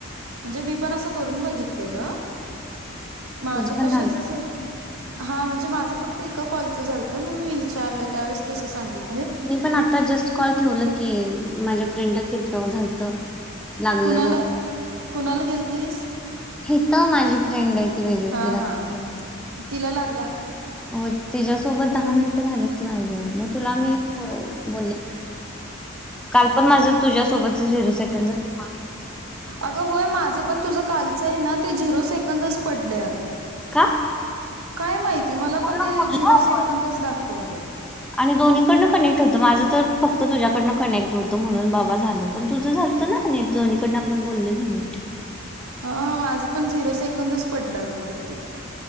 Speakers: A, on the right; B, in the centre.
A: म्हणजे मी पण अस करून बघितलेलं माझ
B: तुझं पण
A: कशच
B: झालत का
A: हा म्हणजे माझं फक्त एका कॉलचं झालत मग मी विचारलं त्यावेळेस तसं सांगित
B: मी पण आता जस्ट कॉल ठेवलं की माझ्या फ्रेंडला कि झारत लागलेल
A: कुणाला कुणाला गेल तस
B: ह तर माझी फ्रेंड आहे ती वेगळ
A: हा
B: तिला
A: हा
B: क तर
A: तिला लागला
B: हो तिच्यासोबत दहा मिनिट झाले माझ मग तुला मी बोलले काल पण माझ तुझ्यासोबत झिरो
A: अग
B: सेकंड झाला कॉल
A: अगं होय माझं पण तुझं कालचं आहे ना ते झिरो सेकंदच पडलंय अगं
B: का
A: काय माहिती मला
B: पूर्ण
A: पण ते
B: बोललो
A: झिरो
B: आपण
A: सेकंदच दाखवलं
B: आणि दोन्हीकडनं कनेक्ट होतं माझं तर फक्त तुझ्या ड कनेक्ट होतं म्हणून बाबा झालं पण तुझं झालतं ना दोननीकडनं आपण बोललेलंी
A: हा माझं पण झिरो सेकंदच पडलं गं खर ते